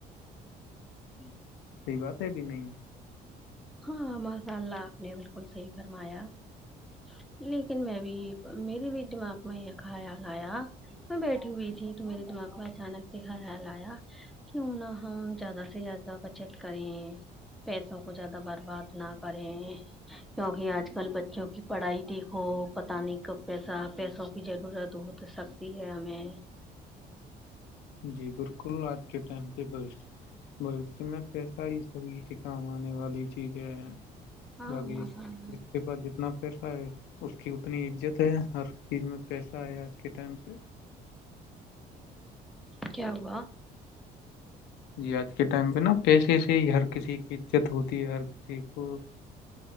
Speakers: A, in the centre; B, on the left (about 85°).
A: ہوں
B: صحیح بات ہے کہ نہیں
A: <unintelligible> ز برباد نہ کریں کیوںکہ آج کل بچوں کی پڑھائی دیکھو پتہ نہیں کب پیسہ پیسوں کی ضرورت ہو سکتی ہے ہمیں
B: جی بالکل <inaudible> ب اس میں پیسہ ہی سبھی کے کام آنے والی چیزیں ہیں
A: ہاں
B: باقی
A: ماشاء
B: رشتے
A: اللہ
B: پر جتنا پیسہ ہے اس کی اتنی عزت ہے ہر چیز میں پیسہ ہے آج کے ٹائم پہ
A: کیا ہوا
B: جی آج کے ٹائم پہ نا پیسے سے ہی ہر کسی کی عزت ہوتی ہے ہر کسی کو